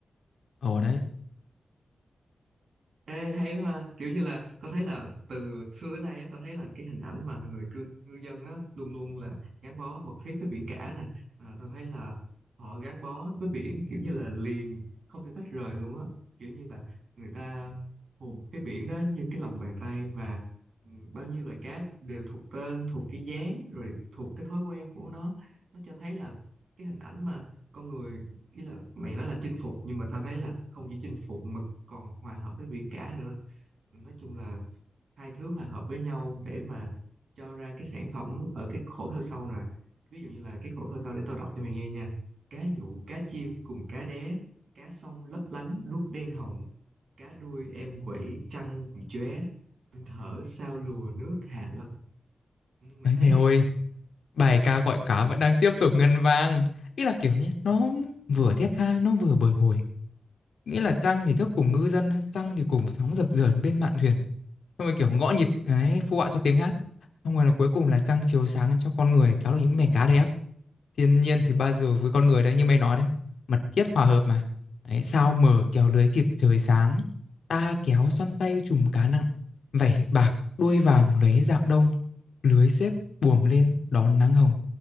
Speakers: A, on the left (about 75°); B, on the right (about 65°).
A: ồ đấy
B: Ê, hay ha kiểu như là tao thấy là từ xưa tới nay á tao thấy là cái hình ảnh mà người cư, ngư dân á luôn luôn là gắn bó mật thiết với biển cả nè à, tao thấy là họ gắn bó với biển kiểu như là liền không thể tách rời luôn á kiểu như là người ta thuộc cái biển đó như cái lòng bàn tay và ừ, bao nhiêu loài cá đều thuộc tên thuộc cái dáng rồi thuộc cái thói quen của nó nó cho thấy là cái hình ảnh mà con người ý là mày nói là chinh phục nhưng mà tao thấy là không chỉ chinh phục mà còn hòa hợp với biển cả nữa nói chung là hai thứ hòa hợp với nhau để mà cho ra cái sản phẩm ở cái khổ thơ sau nè ví dụ như là cái khổ thơ sau để tao đọc cho mày nghe nha cá nhụ cá chim cùng cá đé cá sông lấp lánh đuốc đen hồng cá đuôi em quẩy trăng chóe em thở sao lùa nước hạ long Ừ, mày
A: đấy
B: thấy
A: mày
B: hay
A: ơi
B: không
A: bài ca gọi cá vẫn đang tiếp tục ngân vang ý là kiểu nhé nó vừa thiết tha nó vừa bồi hồi nghĩa là trăng thì thức cùng ngư dân trăng thì cùng sóng dập dờn bên mạn thuyền xong rồi kiểu gõ nhịp đấy phụ họa cho tiếng hát xong rồi là cuối cùng là trăng chiếu sáng cho con người kéo được những
B: ừ,
A: mẻ cá đầy ắp thiên nhiên thì bao giờ với con người đấy như mày nói đấy mật thiết hòa hợp mà đấy sao mở kéo lưới kịp trời sáng ta kéo xoăn tay chùm cá nặng vảy bạc đuôi vàng lóe rạng đông lưới xếp buồm lên đón nắng hồng